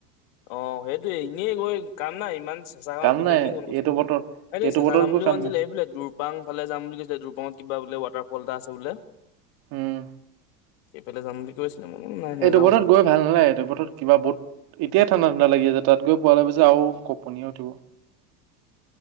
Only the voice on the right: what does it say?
কাম
নাই এইটো বতৰত এইটো
বতৰত
গৈ
কাম
নাই
উম।
এইটো বতৰত গৈ ভাল নালাগে, এইটো বতৰত কিবা বহুত এতিয়া ঠাণ্ডা ঠাণ্ডা লাগি আছে, তাত গৈ পাৱালৈ পিছে আৰু কঁপনি উঠিব।